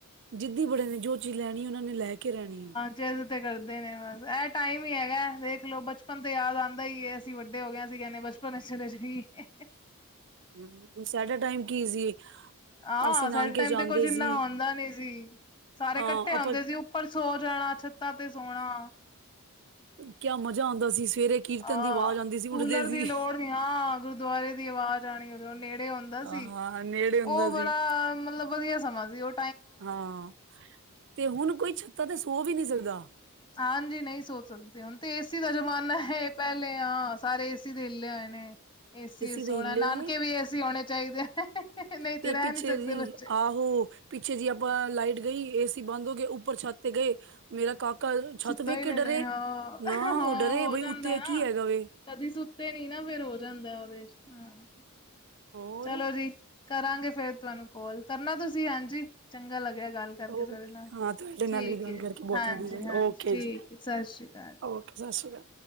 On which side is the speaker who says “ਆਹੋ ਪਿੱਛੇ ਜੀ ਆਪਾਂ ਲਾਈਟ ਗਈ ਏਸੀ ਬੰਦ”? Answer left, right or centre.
Right